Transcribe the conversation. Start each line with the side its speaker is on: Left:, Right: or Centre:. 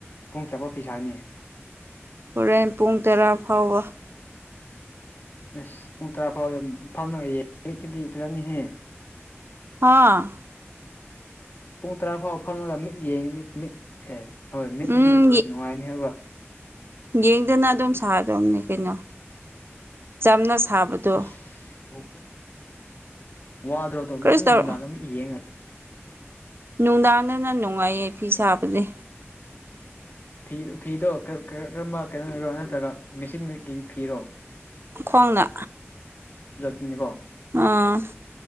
Left: ꯄꯨꯡ ꯀꯌꯥꯄ ꯄꯩꯤꯁꯥꯅꯤ
Right: ꯍꯣꯔꯦꯟ ꯄꯨꯡ ꯇꯔꯥ ꯐꯥꯎꯕ
Left: ꯑꯁ ꯄꯨꯡ ꯇꯔꯥ ꯐꯥꯎꯗ ꯐꯝꯅꯑꯦ ꯅꯨꯃꯤꯠꯇꯨꯗꯤ ꯐꯖꯅꯤꯍꯦ
Right: <inaudible>
Left: ꯄꯨꯡ ꯇꯔꯥ ꯐꯥꯎ ꯐꯝꯃꯒ ꯃꯤꯠ ꯌꯦꯡꯉꯗꯤ ꯃꯤꯠ ꯑꯦꯦ ꯍꯣꯏ ꯃꯤꯠꯇꯨꯗꯤ
Right: ꯎꯝ
Left: ꯅꯨꯡꯉꯥꯏꯅꯤ ꯍꯥꯏꯕ
Right: ꯌꯦꯡꯗꯅ ꯑꯗꯨꯝ ꯁꯥꯗꯧꯅꯦ ꯀꯩꯅꯣ ꯆꯝꯅ ꯁꯥꯕꯗꯣ
Left: ꯑꯁ ꯎ ꯋꯥꯗ꯭ꯔꯣꯗꯣꯝ
Right: ꯀꯔꯤꯁꯨ
Left: ꯑꯗꯨꯝ
Right: ꯇꯧ
Left: ꯅꯨꯡꯗꯥꯡ ꯑꯃ ꯌꯦꯡꯉꯒꯦ
Right: ꯅꯨꯡꯗꯥꯡꯗꯅ ꯅꯨꯡꯉꯥꯏꯌꯦ ꯐꯤ ꯁꯥꯕꯗꯤ
Left: ꯐꯤ ꯐꯤꯗꯣ ꯀꯔꯝꯕ ꯀꯩꯅꯣ ꯑꯣꯏꯔꯣ ꯅꯠꯇ꯭ꯔꯒ ꯃꯦꯆꯤꯟꯒꯤ ꯐꯤꯔꯣ
Right: ꯈꯡꯅ
Left: ꯟꯅꯤ ꯀꯣ
Right: ꯑꯥ